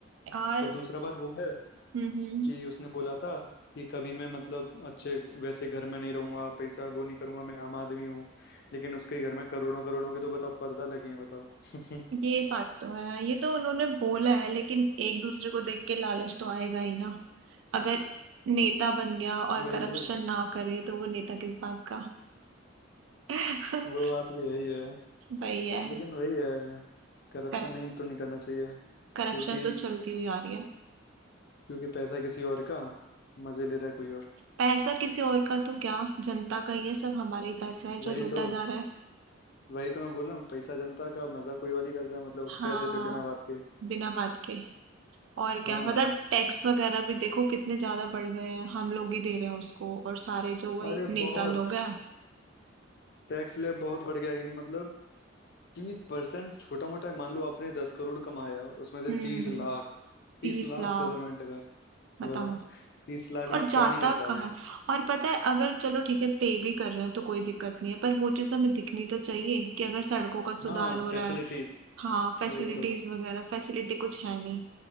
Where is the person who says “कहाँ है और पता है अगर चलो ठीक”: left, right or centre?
Right